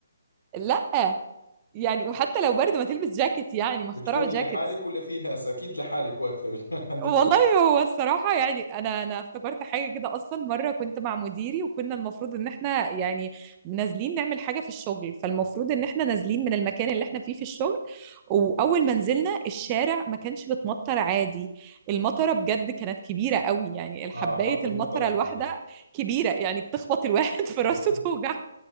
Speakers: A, on the right; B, on the left.
A: لأ يعني وحتى لو برد ما تلبس جاكيت يعني ما
B: بتكوني
A: اخترعوا جاكيت
B: لحالك ولا في ناس اكيد لحالك واقفه <laughs> عند البحر
A: والله هو الصراحة يعني أنا أنا افتكرت حاجة كده أصلا مرة كنت مع مديري وكنا المفروض إن إحنا يعني نازلين نعمل حاجة في الشغل فالمفروض إن إحنا نازلين من المكان اللي إحنا فيه في الشغل وأول ما نزلنا الشارع ما كانش بتمطر عادي المطرة بجد كانت كبيرة قوي يعني الحباية
B: اه حبة
A: المطرة
B: المطر كبيرة
A: الواحدة كبيرة يعني بتخبط الواحد <laughs> في راسه
B: <laughs>
A: توجع